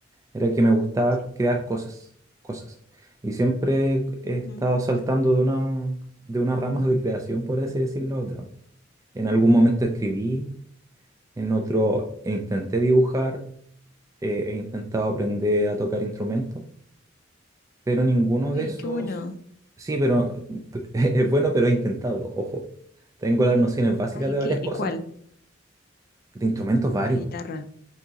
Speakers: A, on the right (about 15°); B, on the left (about 50°).
A: Era que me gustaba
B: Sí.
A: crear cosas, cosas. Y siempre he
B: Ujú.
A: estado saltando de una, de una rama de creación, por así decirlo, a otra. En algún momento escribí, en otro intenté dibujar, eh, he intentado aprender a tocar instrumentos, pero ninguno
B: Uy,
A: de esos...
B: qué bueno.
A: Sí, pero <laughs> es bueno, pero he intentado, ojo. Tengo las nociones básicas
B: Ay,
A: de
B: ¿qué?
A: varias cosas,
B: Igual,
A: de instrumentos varios.
B: la guitarra.